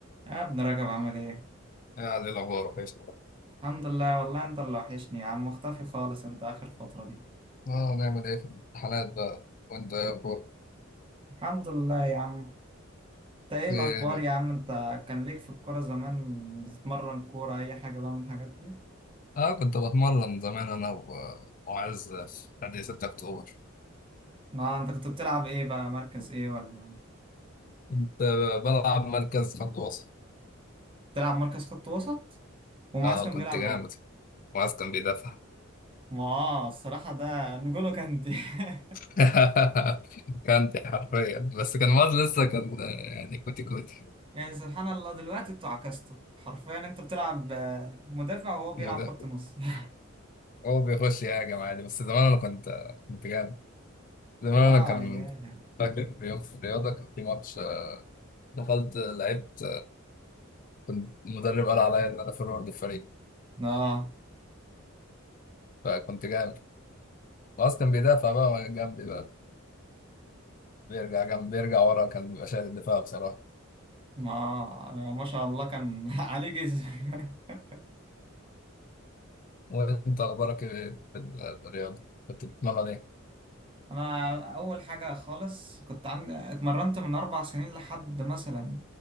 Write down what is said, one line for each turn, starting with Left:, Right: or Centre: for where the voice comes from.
Right: يا ابن رجب عامل ايه؟
Left: يعني الأخبار كويس
Right: الحمد لله والله انت اللي وحشني يا عم مختفي خالص انت اخر فترة دي
Left: آه نعمل إيه في الامتحانات بقى وأنت إيه أخبارك؟
Right: الحمد لله يا عم انت ايه الاخبار
Left: إيه
Right: يا عم انت كان ليك في الكورة زمان بتتمرن كورة اي حاجة بقى من الحاجات دي؟
Left: آه كنت بتمرن زمان أنا و- وعز في نادي 6 أكتوبر
Right: لا انت كنت بتلعب ايه بقى مركز ايه ولا
Left: كنت بلعب مركز خط وسط
Right: بتلعب مركز خط وسط؟ ومعاذ
Left: آه
Right: كان
Left: كنت
Right: بيلعب
Left: جامد
Right: ايه؟
Left: وعز كان بيدافع
Right: ما آه، الصراحة ده نجولو كانتي <laughs>
Left: <laughs> كانت حرفيا بس كان وعز لسه كان يعني كوتي كوتي
Right: يعني سبحان الله دلوقتي انتوا عكستوا حرفيا انت بتلعب آه، مدافع وهو بيلعب
Left: وده
Right: خط نص <laughs>
Left: هو بيخش يهاجم عادي بس زمان أنا كنت كنت جامد زمان
Right: اه
Left: أنا كان
Right: ياه
Left: فاكر في يوم في الرياضة كان في ماتش دخلت لعبت كنت المدرب قال عليا ان انا فورورد الفريق
Right: اه
Left: فكنت جامد خلاص كان بيدافع بقى جنبي بقى بيرجع جنب بيرجع ورا كان بيبقى شايل الدفاع بصراحة
Right: ما ما شاء الله كان <laughs> عليه جسم <laughs>
Left: وانت اخبارك ايه في ال- الرياضة كنت بتتمرن ايه؟
Right: انا اول حاجه خالص كنت عندي اتمرنت من اربع سنين لحد مثلا